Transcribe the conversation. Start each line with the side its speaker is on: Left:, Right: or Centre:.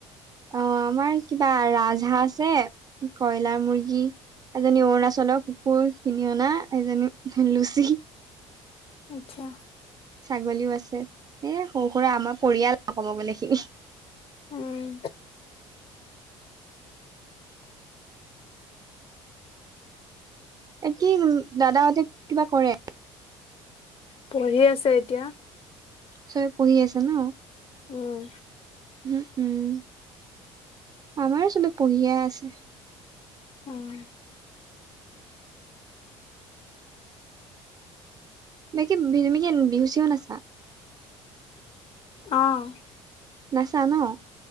Right: অ', আমাৰ কিবা ৰাজহা আছে, কয়লাৰ মুৰ্গী। এজনী অৰুণাচলৰ কুকুৰ কিনি অনা, এজনী লুচি।
Left: আচ্ছা।
Right: ছাগলীও আছে, এ সৰু-সুৰা আমাৰ পৰিয়াল ক'ব গ'লে এইখিনি।
Left: উম।
Right: এ কি, দাদাহঁতে কিবা কৰে?
Left: পঢ়ি আছে এতিয়া।
Right: চোবে পঢ়ি আছে ন'?
Left: উম।
Right: উম, উম, আমাৰ চবে পঢ়িয়ে আছে।
Left: উম।
Right: বাকী <unintelligible> বিহু-চিহু নচা?
Left: অ'।
Right: নাচা ন'?